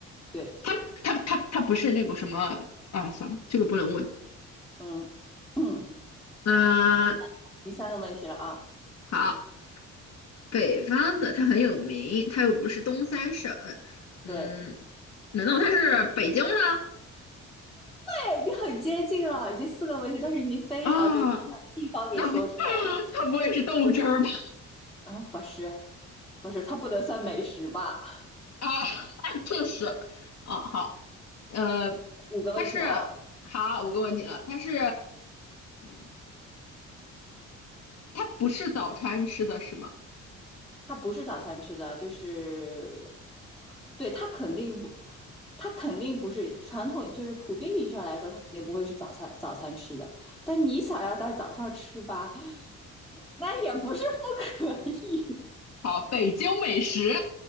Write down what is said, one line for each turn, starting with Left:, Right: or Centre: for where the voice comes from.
Centre: 对，
Left: 它它它它不是那个什么啊？算了，这个不能问。
Centre: 嗯嗯，
Left: 嗯，
Centre: <clears throat> 第三个问题了啊，
Left: 好，北方的它很有名，它又不是东三省，嗯，
Centre: 对。
Left: 难道它是北京吗？
Centre: 哎你很接近了，已经四个问题，但是你非常接近，
Left: 啊，
Centre: 把地方给说出来了。
Left: 那不，<laughs> 它不会是豆汁儿吧？
Centre: 啊，不是，不是，它不能算美食吧？
Left: 啊，<laughs> 这是，哦，好，呃，
Centre: 五个问题了啊，
Left: 它是，好，五个问题了，它是，嗯，它不是早餐吃的是吗？
Centre: 它不是早餐吃的，就是，对，它肯定不，它肯定不是传统，就是普遍意义上来说，它肯定不会是早餐早餐吃的。但你想要在早上吃吧，嗯那也不是不可以。
Left: 好，北京美食，